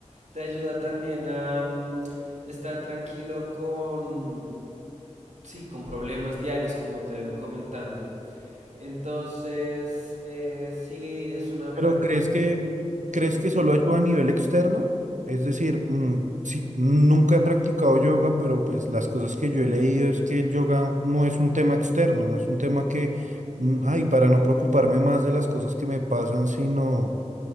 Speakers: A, on the right; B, on the right.
A: te ayuda también a mm, estar tranquilo con, sí, con problemas diarios, como te ven comentando. Entonces, eh, sí, es una
B: Pero
A: práctica.
B: ¿crees que crees
A: De,
B: que solo ayuda a nivel externo? Es decir, mm, sí, nunca he practicado yoga, pero pues las cosas que yo he leído es que el yoga no es un tema externo, no es un tema que, mm, ay, para no preocuparme más de las cosas que me pasan, sino